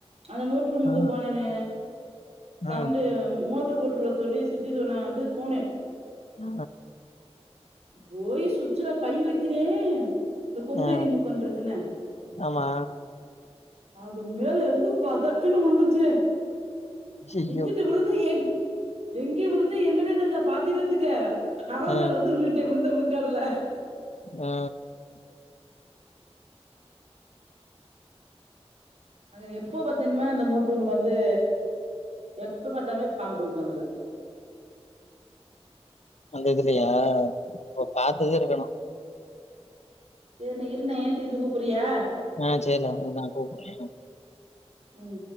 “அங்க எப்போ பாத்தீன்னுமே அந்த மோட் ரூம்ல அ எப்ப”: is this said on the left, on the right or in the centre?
Right